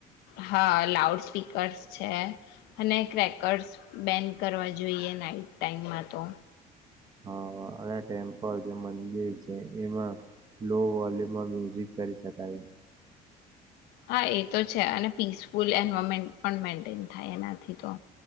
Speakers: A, on the left; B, on the right.
A: હા લાઉડ સ્પીકર્સ છે અને ક્રેકર્સ બેન કરવા જોઈએ નાઈટ ટાઈમમાં તો.
B: હ હ અને ટેમ્પલ જે મંદિર છે એમાં લો વોલ્યુમમાં મ્યુઝિક કરી શકાય.
A: હા એ તો છે અને પીસફુલ એન્વાયરમેન્ટ પણ મેન્ટેન થાય એનાથી તો.